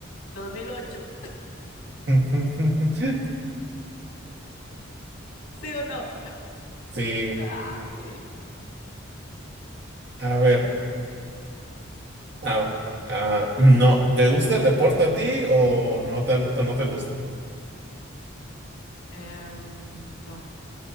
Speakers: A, on the left (about 80°); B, on the right (about 55°).
A: 2008.
B: <laughs>
A: ¿Sí o no?
B: Sí,
A: Ah, bien.
B: a ver, a ver. ah, no, ¿te gusta el deporte a ti o no te, gu- o no te gusta?
A: Em, no,